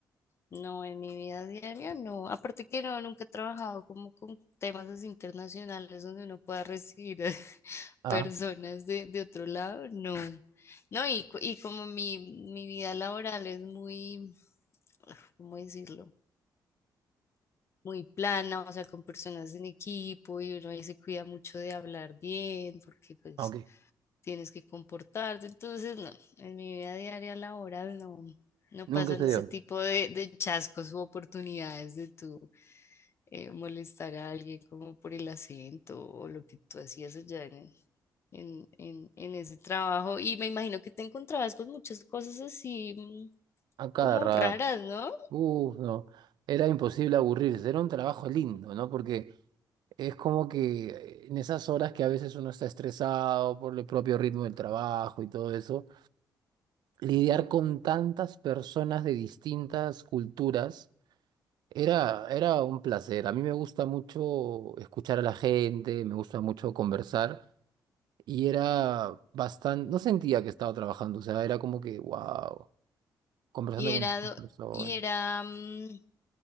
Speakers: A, on the left; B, on the right.
A: No, en mi vida diaria no. Aparte que no, nunca he trabajado como con temas así internacionales donde uno pueda recibir <laughs>
B: Ah,
A: personas de, de otro lado, no. No, y, co- y como mi, mi vida laboral es muy, ¿cómo decirlo? Muy plana, o sea, con personas en equipo y uno ahí se cuida mucho de hablar bien, porque pues
B: ok.
A: tienes que comportarte. Entonces, no, en mi vida diaria laboral no, no
B: Nunca
A: pasan
B: se
A: ese
B: dio.
A: tipo de, de chascos u oportunidades de tú eh, molestar a alguien como por el acento o lo que tú hacías allá en, en, en, en ese trabajo. Y me imagino que te encontrabas con muchas cosas así mm,
B: A cada
A: como
B: rato.
A: raras, ¿no?
B: Uf, no. Era imposible aburrirse. Era un trabajo lindo, ¿no? Porque es como que en esas horas que a veces uno está estresado por el propio ritmo del trabajo y todo eso, lidiar con tantas personas de distintas culturas Era, era un placer. A mí me gusta mucho escuchar a la gente, me gusta mucho conversar y era bastante, no sentía que estaba trabajando, o sea, era como que, wow, conversando
A: Y era,
B: con estas
A: do-
B: personas.
A: y era, mm,